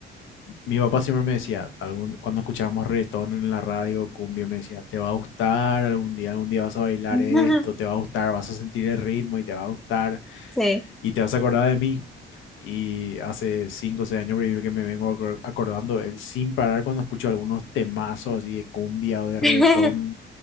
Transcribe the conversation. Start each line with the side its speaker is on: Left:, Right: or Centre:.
Left: Mi papá siempre me decía, algún, cuando escuchábamos reggaetón en la radio, cumbia, me decía, te va a gustar algún día, algún día vas a bailar
Centre: <laughs>
Left: esto, te va a gustar, vas a sentir el ritmo y te va a gustar
Centre: Sí.
Left: y te vas a acordar de mí. Y hace cinco o seis años que me vengo acor- acordando, él sin parar cuando escucho algunos temazos así de cumbia o de reggaetón,
Centre: <laughs>